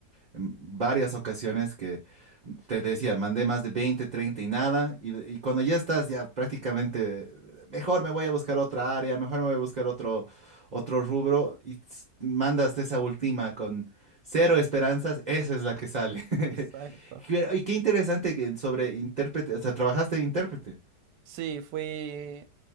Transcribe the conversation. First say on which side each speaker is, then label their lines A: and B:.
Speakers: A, on the right (about 35°); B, on the right (about 75°).
A: en varias ocasiones que te decía, mandé más de 20 30 y nada, y, y cuando ya estás ya prácticamente, mejor me voy a buscar otra área, mejor me voy a buscar otro, otro rubro, y s- mandas esa última con cero esperanzas, esa es la que sale.
B: <laughs>
A: <laughs>
B: Exacto.
A: Pero- Y qué interesante que sobre intérprete, o sea, trabajaste de intérprete,
B: Sí, fui.